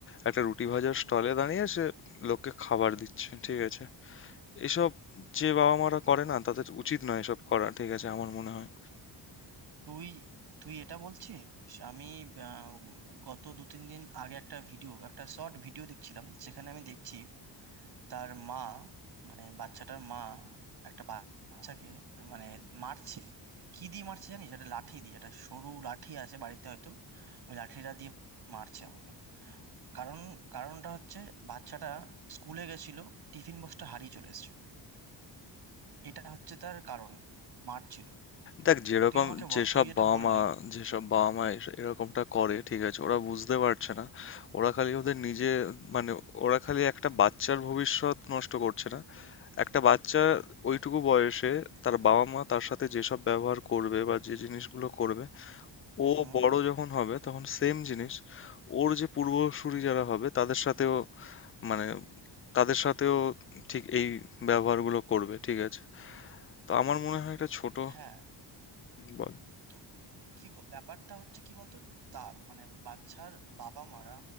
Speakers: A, on the left (about 30°); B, on the right (about 55°).
A: একটা রুটি ভাজার স্টলে দাঁড়িয়ে সে লোককে খাবার দিচ্ছে ঠিক আছে এসব যে বাবা মারা করে না তাদের উচিত নয় এসব করা ঠিক আছে আমার মনে হয়
B: তুই তুই এটা বলছিস আমি আহ, গত দু তিন দিন আগে একটা ভিডিও একটা শর্ট ভিডিও দেখছিলাম সেখানে আমি দেখছি তার মা মানে বাচ্চাটার মা একটা বাচ্চাকে মানে মারছে কি দিয়ে মারছে জানিস একটা লাঠি দিয়ে একটা সরু লাঠি আছে বাড়িতে হয়তো ওই লাঠিটা দিয়ে মারছে আমাকে কারণ কারণটা হচ্ছে বাচ্চাটা স্কুলে গেছিল টিফিন বক্সটা হারিয়ে চলে এসেছে এটা হচ্ছে তার কারণ মারছিল
A: দেখ যেরকম
B: তুই আমাকে বল
A: যেসব
B: তুই যেটা
A: বাবা
B: বললি
A: মা যেসব বাবা মা এস- এরকমটা করে ঠিক আছে ওরা বুঝতে পারছে না ওরা খালি ওদের নিজে মানে ওরা খালি একটা বাচ্চার ভবিষ্যৎ নষ্ট করছে না একটা বাচ্চা ওইটুকু বয়সে তার বাবা মা তার সাথে যেসব ব্যবহার করবে বা যে জিনিসগুলো করবে
B: হুম
A: ও
B: হুম
A: বড় যখন হবে তখন সেম জিনিস ওর যে পূর্বসূরি যারা হবে তাদের সাথেও মানে তাদের সাথেও ঠিক এই ব্যবহারগুলো করবে ঠিক আছে তো আমার মনে হয় এটা ছোট
B: হ্যাঁ
A: বল
B: তো কি ব- ব্যাপারটা হচ্ছে কি বলতো তা মানে বাচ্চার বাবা মারা